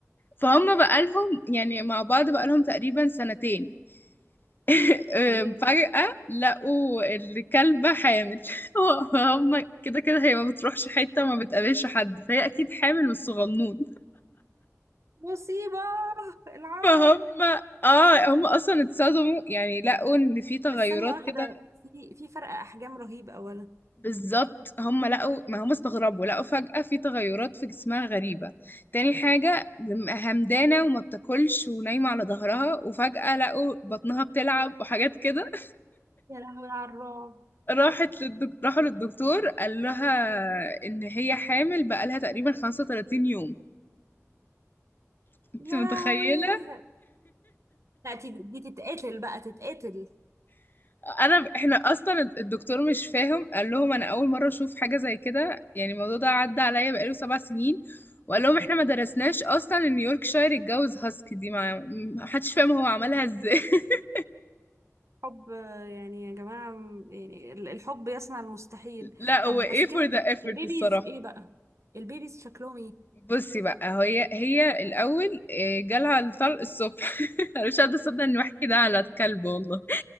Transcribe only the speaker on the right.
تمام
مصيبة العار
بس ثانية واحدة
في في فرق أحجام رهيب أولا
يا لهوي على الرعب
يا
لهوي لا دي, دي تتقتل بقى تتقتل
حب يعني يا جماعة م- يعني ال- الحب يصنع المستحيل
طب
بس
كده
البيبيز
ايه بقى البيبيز شكلهم ايه